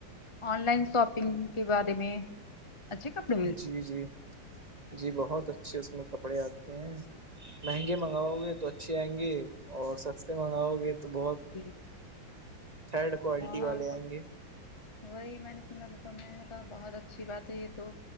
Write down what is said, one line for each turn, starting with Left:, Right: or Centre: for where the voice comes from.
Left: آن لائن شاپنگ کے بارے میں اچھا کپے
Right: جی- جی- جی بہت اچھے اس میں کپڑے آتے ہیں- مہنگے منگاؤ گے تو اچھی آئیں گے، اور سستے منگاؤ گے تو بہت
Left: جٹھیک
Right: تھرڈ کوالٹی
Left: ہاں
Right: والے
Left: آ
Right: آئیں گے
Left: وہی میں نے سنا تھا تھا میں نے کہا بہت اچھی بات ہے یہ تو-